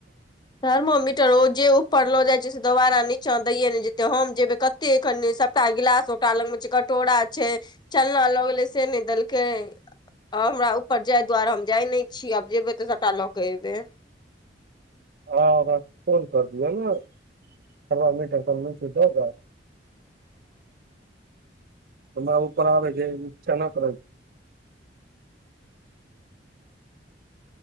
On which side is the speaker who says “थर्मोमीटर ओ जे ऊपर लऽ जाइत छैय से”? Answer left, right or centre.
Left